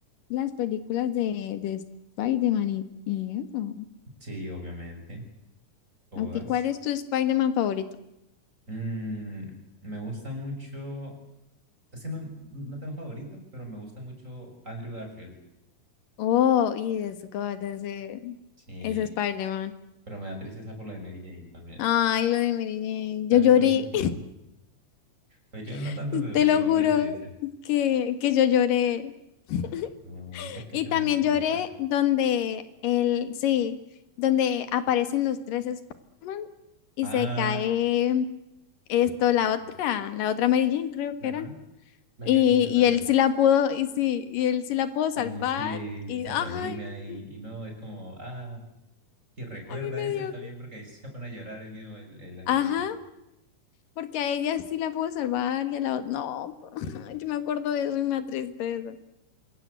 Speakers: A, on the left (about 90°); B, on the right (about 20°).
A: las películas de, de Spider-Man y, y eso?
B: Sí, obviamente. Todas.
A: Ok, ¿cuál es tu Spider-Man favorito?
B: Mm, me gusta mucho. Es que no, no tengo favorito, pero me gusta mucho Andrew Garfield.
A: Oh, yes, God, ese,
B: Sí,
A: ese Spider-Man.
B: pero me da tristeza por lo de Mary Jane también.
A: Ay, lo de Mary Jane,
B: También
A: yo lloré,
B: por eso es que me... Pues yo no
A: <laughs>
B: tanto, pero
A: te
B: pues
A: lo
B: sí me
A: juro
B: puse triste.
A: que, que yo lloré. <laughs>
B: No, es que
A: Y
B: estoy
A: también
B: muy sentimental.
A: lloré donde el, sí, donde aparecen los tres Spider-Man y
B: Ah,
A: se cae esto, la
B: eh,
A: otra, la otra Mary Jane, creo que
B: ajá,
A: era.
B: la
A: Y,
B: que hace Zendaya.
A: y él sí la pudo, y sí, y él sí la pudo salvar.
B: Y sí,
A: Y
B: se
A: ay,
B: redime ahí.
A: <laughs> sí,
B: Y no, es como, ah, que recuerda
A: a mí me
B: eso
A: dio.
B: él también, porque ahí se pone a llorar el mismo, el, el Angry
A: Ajá,
B: Birds.
A: porque a ella sí la pudo salvar y a la otra. No, <laughs> yo me acuerdo de eso y me da tristeza.